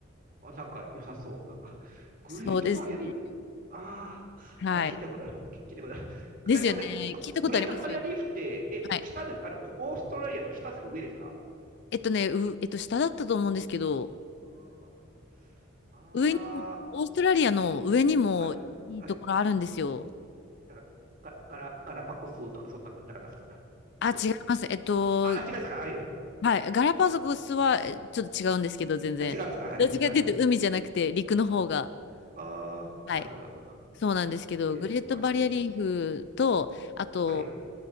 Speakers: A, on the right; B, on the left.
A: あ、なんか良さそう。なんか、グレートバリアリーフ、
B: そうですね。
A: ああ、
B: はい。
A: あ、聞いたことある。聞聞いたことある。
B: ですよね。
A: え、ごめんなさい。ググレートバリアリーフって、
B: 聞いたことありますよね。
A: え、
B: はい。
A: 下で、あの、オーストラリアの下ですか、上ですか
B: えっとね、う、えっと下だったと思うんですけど、
A: あーあ
B: 上にも、オーストラリアの上にもいいところあるんですよ。
A: ー、はい、はい。なんか、ガガラ、ガラパコスとか、そんな、なかったですか
B: あ、
A: お、
B: 違います。えっと、
A: あ、あ違うんですかはい。
B: はい。ガラパゴスはえちょっと違うんですけど、全然。
A: あ、違うんですかはい、
B: どっちかっていうと、
A: はい。
B: 海じゃなくて陸の方が。
A: ああ、
B: はい。
A: なるほど、なるほど。
B: そうなんですけど、
A: グレートバリアリーフ。
B: グレートバリアリーフと、あと、
A: はい、